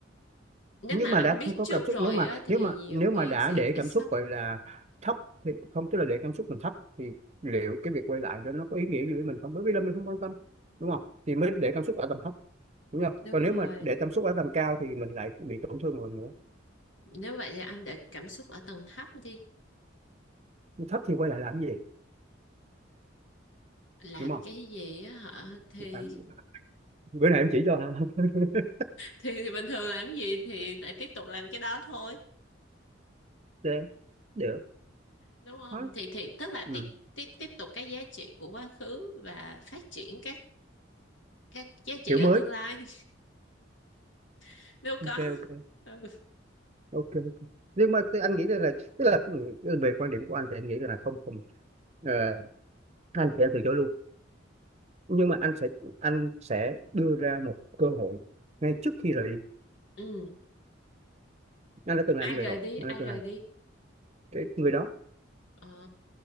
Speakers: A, on the left (about 75°); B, on the right (about 35°).
A: nếu
B: nhưng
A: mà anh
B: mà đã
A: biết
B: không có
A: trước
B: cảm xúc
A: rồi
B: nếu mà
A: á, thì
B: nếu mà
A: nhiều
B: nếu
A: khi
B: mà đã
A: anh sẽ
B: để
A: ít
B: cảm
A: sốc
B: xúc gọi là thấp thì không tức là để cảm xúc mình thấp thì liệu cái việc quay lại đó nó có ý nghĩa gì với mình không bởi vì là mình không quan tâm đúng không thì mới để cảm xúc ở tầm thấp đúng không
A: đúng
B: còn nếu
A: rồi
B: mà để cảm xúc ở tầm cao thì mình lại bị tổn thương một lần nữa
A: nếu vậy thì anh để cảm xúc ở tầng thấp đi
B: nhưng thấp thì quay lại làm gì
A: làm
B: đúng không
A: cái gì á hả thì
B: Bạn- bữa nay em chỉ cho hả <laughs>
A: thì thì bình thường làm gì thì lại tiếp tục làm cái đó thôi
B: Ok, được
A: đúng không
B: Thôi.
A: thì thì tức là
B: <laughs>
A: tiếp
B: ừ.
A: tiếp tiếp tục cái giá trị của quá khứ và phát triển các các giá trị
B: kiểu
A: ở
B: mới
A: tương lai <laughs> nếu
B: ok
A: có
B: ok
A: ừ.
B: ok ok nhưng mà tôi- anh nghĩ là là tức là ừ, về quan điểm của anh thì anh nghĩ là không không Ờ, anh thì anh từ chối luôn nhưng mà anh sẽ anh sẽ đưa ra một cơ hội ngay trước khi rời đi
A: ừ
B: anh đã từng làm
A: ai
B: như
A: rời
B: vậy rồi
A: đi
B: anh
A: ai
B: đã từng
A: rời
B: làm
A: đi
B: cái người đó
A: ờ